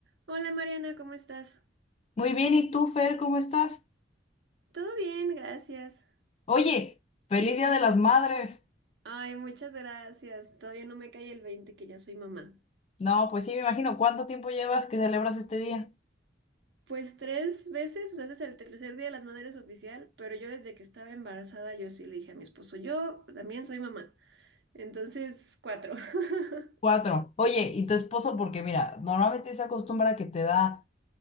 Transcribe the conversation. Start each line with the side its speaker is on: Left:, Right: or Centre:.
Right: Hola Mariana, ¿cómo estás?
Left: Muy bien, ¿y tú, Fer, cómo estás?
Right: Todo bien, gracias.
Left: Oye, feliz Día de las Madres.
Right: Ay, muchas gracias. Todavía no me cae el 20 que ya soy mamá.
Left: No, pues sí, me imagino, ¿cuánto tiempo llevas que celebras este día?
Right: Pues tres veces, o sea, este es el tercer día de las madres oficial, pero yo desde que estaba embarazada yo sí le dije a mi esposo, yo también soy mamá. Entonces, cuatro. <laughs>
Left: Cuatro. Oye, ¿y tu esposo? Porque mira, normalmente se acostumbra que te da